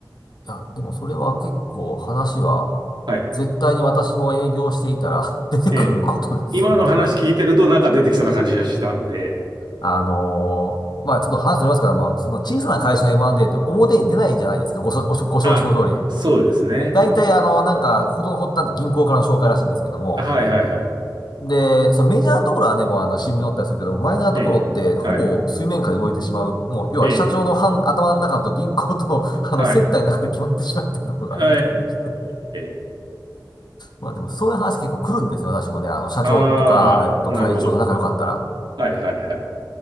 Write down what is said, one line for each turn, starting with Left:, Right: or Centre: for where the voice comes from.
Left: いや、でもそれは結構話は
Right: はい。
Left: 絶対に私も営業していたら <laughs> 出てくることですんで。
Right: ええ。今の話聞いてるとなんか出てきそうな感じがしたんで。
Left: あのーまあちょっと話ずれますから、まあその小さな会社の M&A って表に出ないじゃないですか、ごそ、ご承知の通り。
Right: あ、そうですね。
Left: 大体あの、なんか、ことの発端って銀行からの紹介らしいんですけども。
Right: はいはいはい。
Left: で、そのメジャーなところはね、もうあの新聞に載ったりするけど、マイナーなところってほぼ水面下で動いてしまう。
Right: ええ。はい。
Left: もう、要は社長の半頭の中と銀行と、
Right: ええ。
Left: <laughs> あの、
Right: はい。
Left: 接待の中で決まってしまっているところがあるみたいですね。
Right: ええ。
Left: まあでも、そういう話結構来るんですね、私もね。あの、社長とか、
Right: ああ、
Left: えっと、
Right: なるほど。
Left: 会長と仲良かったら。
Right: はいはいはい。